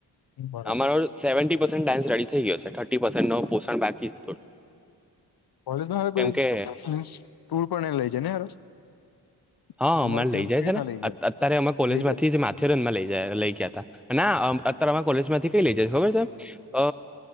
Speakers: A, on the left (about 60°); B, in the centre.
A: બરાબર
B: અમા સેવન્ટી પર્સેન્ટ ડાન્ રેડી થઈ ગયો છે, થર્ટી પર્સેન્ટ પોષણ બાકી છે, થોડું
A: <inaudible>
B: કેમ કે હા અમારે
A: કેમ
B: લઈ
A: કેવી
B: જાય
A: રીતના
B: છે, ને
A: લઈ જાય
B: અત્યારે અમે કોલેજ
A: લઈ
B: માંથી
A: જાય
B: જ મા થેરનમાં લઈ ગયા લઈ ગયા હતા ના અત્યારેમાં કોલેજ માંથી કઈ લઈ જાય ખબર છે. અ